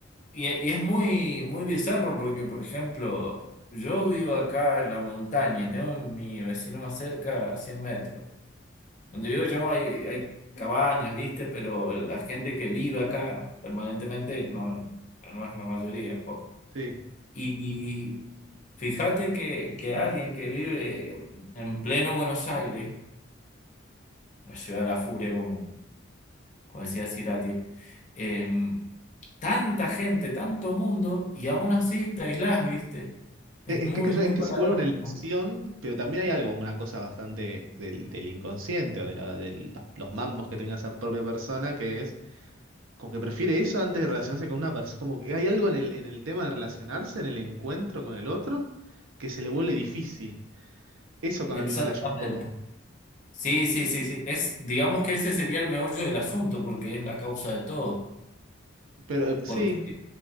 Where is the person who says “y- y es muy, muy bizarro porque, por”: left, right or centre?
Left